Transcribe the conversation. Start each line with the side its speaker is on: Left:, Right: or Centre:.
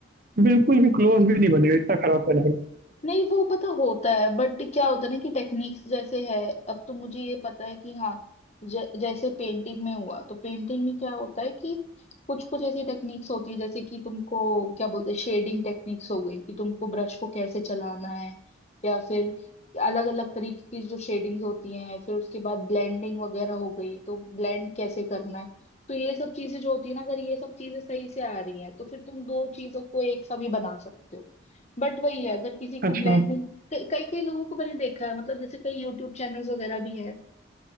Right: बिल्कुल भी क्लोज़ भी नहीं बनेगा, इतना खराब बनेगा।
Left: नहीं वो पता होता है बट क्या होता है ना कि टेक्निक्स जैसे है अब तो मुझे ये पता है कि हाँ ज, जैसे पेंटिंग में हुआ तो पेंटिंग में क्या होता है कि कुछ कुछ ऐसी टेक्निक्स होती है जैसे कि तुमको क्या बोलते हैं शेडिंग टेक्निक्स हो गई कि तुमको ब्रश को कैसे चलाना है या फिर अलग अलग तरीके की जो शेडिंग होती हैं फिर उसके बाद ब्लेंडिंग वगैरह हो गई तो ब्लेंड कैसे करना है तो ये सब चीजें जो होती है ना अगर ये सब चीजें सही से आ रही हैं तो फिर तुम दो चीजों को एक साथ भी बना सकते हो बट वही है अगर किसी को
Right: अच्छा,
Left: ब्लेंडिंग
Right: हाँ,
Left: कई कई लोगों को मैंने देखा है मतलब जैसे कई यूट्यूब चैनल्स वगैरह भी है